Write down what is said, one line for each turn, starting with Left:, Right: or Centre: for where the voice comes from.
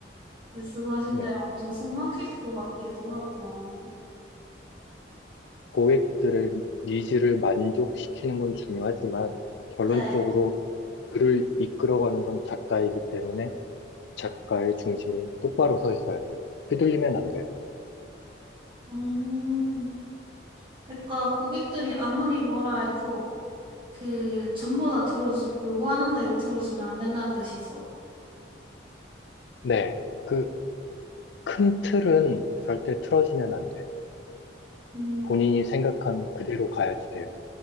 Right: 말씀하신
Left: 네,
Right: 대로 엄청 숨 막힐 것 같기도 하고.
Left: 고객들의 니즈를 만족시키는 건 중요하지만 결론적으로
Right: 네.
Left: 글을 이끌어가는 건 작가이기 때문에 작가의 중심이 똑바로 서 있어야 돼요. 휘둘리면 안 돼요.
Right: 음, 그러니까 고객들이 아무리 뭐라 해도 그 전부 다 들어주 요구하는 대로 들어주면 안 된다는 뜻이죠.
Left: 네, 그 큰 틀은 절대 틀어지면 안 돼요.
Right: 음,
Left: 본인이 생각한 그대로 가야지 돼요.